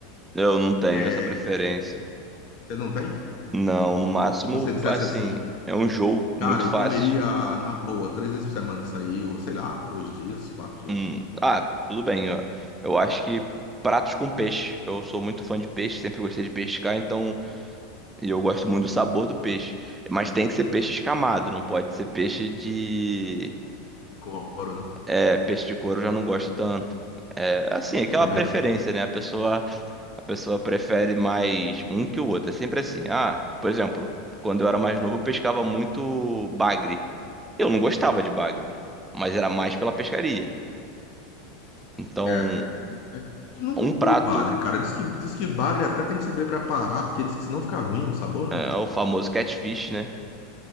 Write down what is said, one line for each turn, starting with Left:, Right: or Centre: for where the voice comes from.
Right: Eu não tenho
Left: É,
Right: essa preferência.
Left: você não tem?
Right: Não, no máximo,
Left: Que você dissesse
Right: assim,
Left: assim,
Right: é um jogo muito
Left: cara, eu
Right: fácil.
Left: comeria na boa três vezes por semana isso aí, ou sei lá, dois dias, quatro
Right: Hum,
Left: dias,
Right: Ah, tudo bem, ó. Eu acho que pratos com peixe. Eu sou muito fã de peixe, sempre gostei de pescar, então. E eu gosto muito do sabor do peixe. Mas tem que ser peixe escamado, não pode ser peixe de.
Left: de couro, né?
Right: É, peixe de couro eu já não gosto tanto. É, assim, aquela
Left: Eu também
Right: preferência,
Left: não.
Right: né? A pessoa A pessoa prefere mais um que o outro. É sempre assim. Ah, por exemplo, quando eu era mais novo, eu pescava muito bagre. Eu não gostava de bagre, mas era mais pela pescaria. Então,
Left: É. Eu nunca
Right: um prato
Left: comi bagre, cara. Diz que, diz que bagre até tem que saber preparar, porque diz que senão fica ruim o sabor,
Right: é
Left: né?
Right: o famoso catfish, né?